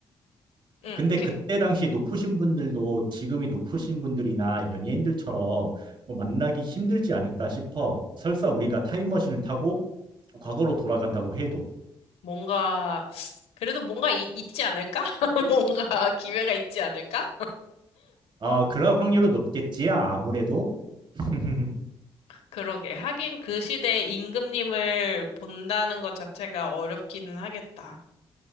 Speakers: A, on the left (about 75°); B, on the right (about 50°).
A: 응.
B: 근데
A: 이렇게
B: 그때 당시 높으신 분들도 지금이 높으신 분들이나 연예인들처럼 뭐 만나기 힘들지 않을까 싶어. 설사 우리가 타임머신을 타고 과거로 돌아간다고 해도.
A: 뭔가, 그래도 뭔가 이- 있지 않을까? <laughs> 뭔가 기회가 있지 않을까?
B: 아, 그럴 확률은 높겠지, 아무래도. <laughs>
A: 그러게. 하긴 그 시대에 임금님을 본다는 것 자체가 어렵기는 하겠다.